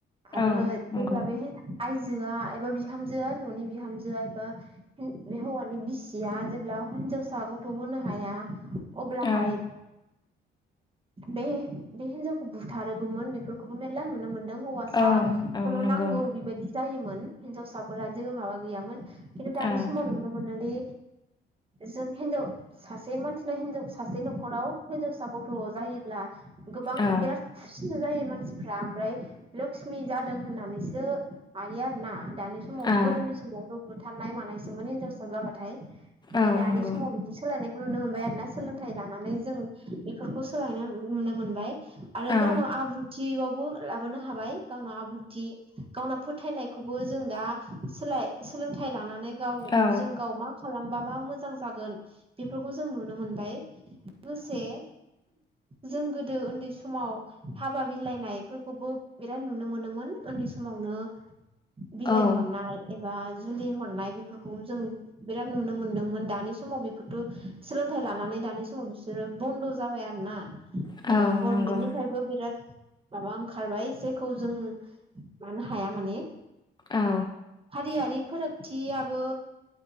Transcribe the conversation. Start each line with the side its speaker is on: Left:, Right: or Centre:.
Right: आरो
Left: औ
Right: जेब्ला
Left: नंगौ
Right: बे आइजोआ एबा बिहामजोआ न'नि बिहामजोआ एबा हौवानि बिसि या जेब्ला हिनजावसा गथ' होनो हाया अब्लाहाय
Left: औ
Right: बे बे हिनजावखौ बुथारोबोमोन बेफोरखौबो मेरला नुनो मोनदों हौवासाखौल'
Left: औ औ नंगौ
Right: नांगौ बेबायदि जायोमोन हिनजावसाफोरा जेबो माबा गैयामोन खिन्थु दानि
Left: औ
Right: समाव नुनो मोनोदि जों हिनजाव सासे मानसिना हिनजाव सासे न'खराव हिनजावसा गथ जायोब्ला गोबां
Left: औ
Right: बिराद खुसि जायो मानसिफ्रा लक्सिमि जादों होननानैसो हायो आरोना दानि समाव
Left: औ
Right: गोदोनि समावथ' बुथारनाय मानायसोमोन हिनजावसा जाबाथाय ओमफफ्राय
Left: औ
Right: दानि
Left: नंगौ
Right: समाव बिदि सोलायनायखौ नुनो मोनबाय आरोना सोलोंथाइ लानानै बेफोरखौ जों सोलायनाय नुनो मोनबाय आरो
Left: औ
Right: गावनाव आब्रुथियावबो लाबोनो हाबाय गावनाव आब्रुथि गावनाव फोथायनायखौबो जों दा सोलोंथाइ लानानै गाव
Left: औ
Right: जों गाव मा खालामबा मा मो जां जागोन बेफोरखौ जों नुनो मोनबाय लोगोसे जों गोदो ओन्दै समाव हाबा बिलाइनायफोरखौबो बिराद नुनो मोनोमोन। ओन्दै समावनो बिलाइ
Left: औ
Right: हरनाय। एबा जुलि हरनाय बेफोरखौ जों बिराद नुनो मोनदोंमोन दानि समाव बेफोरथ' सोलों थाय लानानै दानि समाव बिसोरो बन्द' जाबाय आरो ना
Left: औ
Right: एबा गरनमेन्टनिफायबो
Left: नंगौ
Right: बिराद माबा ओंखारबाय जायखौ जों मानो हाया माने
Left: औ
Right: हारियारि फोरोगथियाबो